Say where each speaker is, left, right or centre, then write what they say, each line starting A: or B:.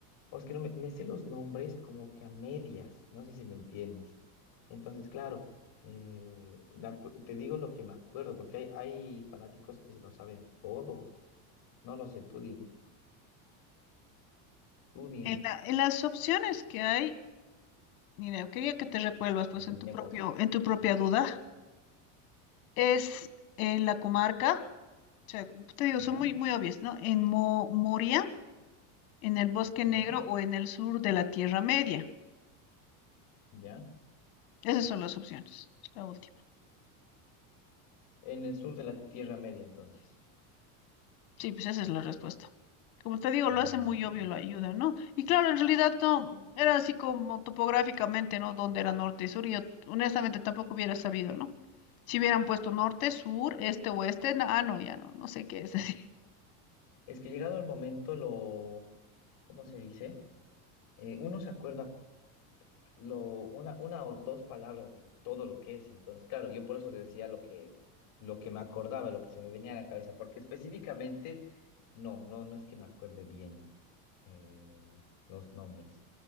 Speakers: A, on the left; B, on the left.
A: O es que no me, me sé los nombres como que a medias, no sé si me entiendes. Entonces, claro, eh, me acu- te digo lo que me acuerdo, porque hay, hay fanáticos que se lo saben todo. No lo sé, tú dime, tú dime.
B: En la- en las opciones que hay. Mira, quería que te revuelvas pues
A: Terminemos.
B: en tu propio, en tu propia duda. Es en la comarca, o sea, te digo,
A: ¿Ya?
B: son muy, muy obvias, ¿no? En Mo- Moria, en el Bosque
A: ¿Ya?
B: Negro o en el sur de la Tierra Media.
A: ¿Ya?
B: Esas son las opciones. Es la última.
A: En el sur de la Tierra Media, entonces.
B: Sí, pues esa es la respuesta. Como te digo,
A: Ah,
B: lo hace muy obvio, lo ayuda, ¿no? Y claro, en realidad no, era así como topográficamente, ¿no? Donde era norte y sur, y yo honestamente tampoco hubiera sabido, ¿no? Si hubieran puesto norte, sur, este, oeste, na- ah, no, ya no, no sé qué es así.
A: es que llegado el momento, lo, ¿cómo se dice? Eh, uno se acuerda lo, una, una o dos palabras de todo lo que es. Entonces, claro, yo por eso te decía lo que, lo que me acordaba, lo que se me venía a la cabeza, porque específicamente, no, no, no es que me acuerde bien eh, los nombres.